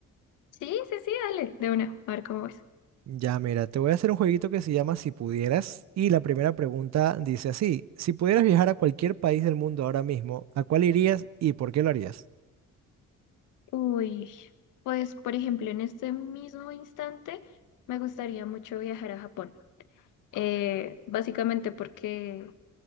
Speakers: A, on the left; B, on the right.
A: Sí, sí, sí, dale, de una, a ver cómo es.
B: Ya, mira, te voy a hacer un jueguito que se llama Si pudieras y la primera pregunta dice así, si pudieras viajar a cualquier país del mundo ahora mismo, ¿a cuál irías y por qué lo harías?
A: Uy, pues por ejemplo, en este mismo instante me gustaría mucho viajar a Japón. Eh, básicamente porque,